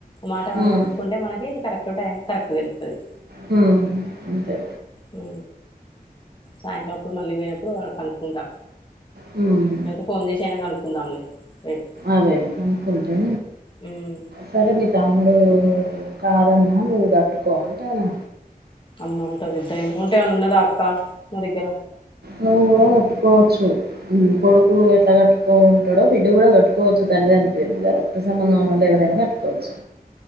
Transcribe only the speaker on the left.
మాట
వాని కనుక్కుంటే మనకి కరెక్ట్ టైం కరెక్ట్ తెలుత్తది.
ఉ. సాయంత్రం అప్పుడు మళ్ళీ పోయినప్పుడు ఓ అ కనుక్కుంటా.
లేపోతే ఫోన్ జెసి ఐన కనుకుందాం లె రేపు.
ఉమ్
అమ్మ అంత వెద్ద ఏమోంటేమన్న ఉన్నదా అక్క ని దగ్గర.